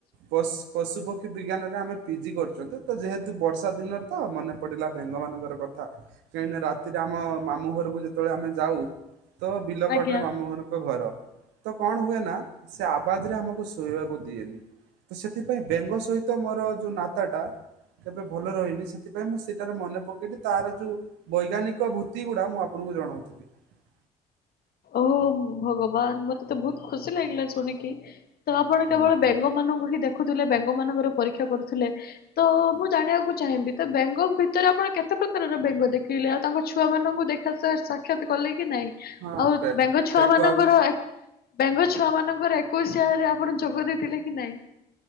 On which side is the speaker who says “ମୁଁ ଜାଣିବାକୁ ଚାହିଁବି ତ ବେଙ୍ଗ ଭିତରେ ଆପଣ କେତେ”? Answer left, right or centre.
Left